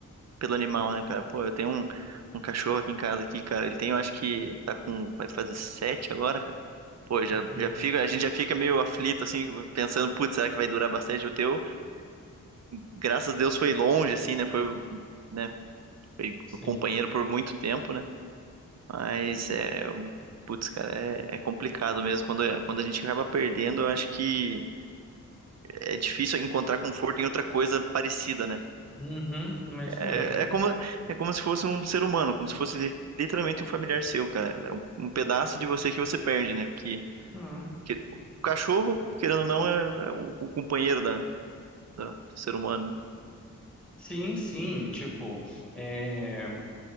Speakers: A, on the right (about 50°); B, in the centre.
A: pelo animal, né, cara? Pô, eu tenho um, um cachorro aqui em casa aqui, cara. Ele tem, eu acho que tá com, vai fazer sete agora, cara. Pô, já,
B: uhum.
A: já fica, a gente já fica meio aflito, assim, pensando, putz, será que vai durar bastante o teu? graças a Deus foi longe, assim, né? Foi, né? Foi
B: Sim.
A: meu companheiro por muito tempo, né? Mas é, putz, cara, é, é complicado mesmo. Quando, quando a gente acaba perdendo, eu acho que é difícil encontrar conforto em outra coisa parecida, né?
B: Uhum, é isso
A: É,
B: mesmo.
A: é como, é como se fosse um ser humano, como se fosse li- literalmente um familiar seu, cara. É um, um pedaço de você que você perde, né? Porque
B: Uhum.
A: que- o cachorro, querendo ou não, é, é o, o companheiro da, da- do ser humano, né?
B: Sim, sim, tipo, é,